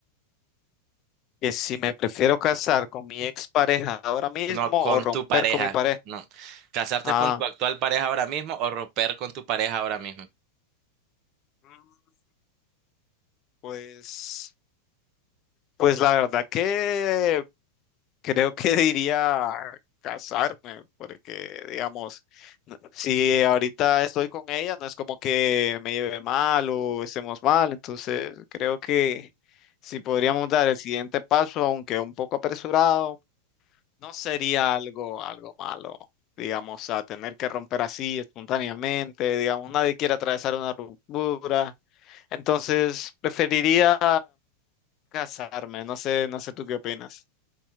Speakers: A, on the left; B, on the right.
A: Que si me prefiero casar con mi expareja ahora mismo
B: No, con
A: o romper
B: tu pareja,
A: con mi pareja.
B: no. ¿Casarte
A: Ah,
B: con tu actual pareja ahora mismo o romper con tu pareja ahora mismo?
A: mm, pues, pues la verdad que Creo que diría casarme, porque digamos, n- si ahorita estoy con ella, no es como que me lleve mal o estemos mal, entonces creo que si podríamos dar el siguiente paso, aunque un poco apresurado, no sería algo, algo malo, digamos, a tener que romper así espontáneamente, digamos, nadie quiere atravesar una ruptura, entonces preferiría casarme, no sé, no sé tú qué opinas.